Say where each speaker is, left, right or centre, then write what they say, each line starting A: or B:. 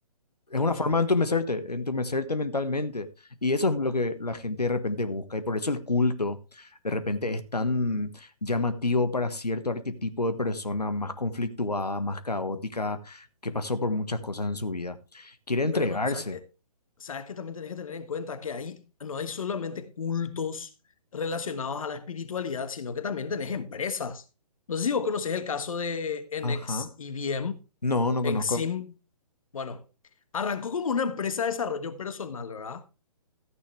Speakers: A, on the left (about 80°); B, on the left (about 60°).
A: Es
B: te
A: una
B: escucho.
A: forma de entumecerte, entumecerte mentalmente. Y eso es lo que la gente de repente busca. Y por eso el culto de repente es tan llamativo para cierto arquetipo de persona más conflictuada, más caótica, que pasó por muchas cosas en su vida. Quiere entregarse.
B: Pero no, sabes que, sabes que también tenés que tener en cuenta que ahí no hay solamente cultos relacionados a la espiritualidad, sino que también tenés empresas. No sé si vos conocés el caso de NXIBM,
A: Ajá. No, no
B: NXIM.
A: conozco.
B: Bueno, arrancó como una empresa de desarrollo personal, ¿verdad?